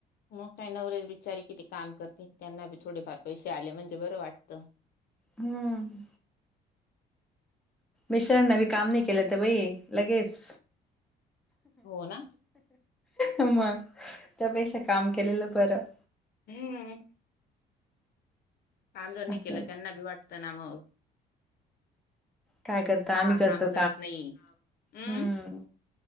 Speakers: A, on the left; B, in the centre.
A: मग काय नवरे बिचारे किती काम करते त्यांना बी थोडे फार पैसे आले म्हणजे बरं वाटतं.
B: हम्म. मिश्रां नवी मी काम नाही केलं तर बई लगेच
A: हो ना
B: हम मग त्यापेक्षा काम केलेलं बरं.
A: हम्म. <unintelligible> केलं
B: आहे
A: की त्यांना बी वाटत ना मग.
B: काय करता
A: पहा
B: आम्ही करतो
A: काम करत नाही हम्म.
B: हम्म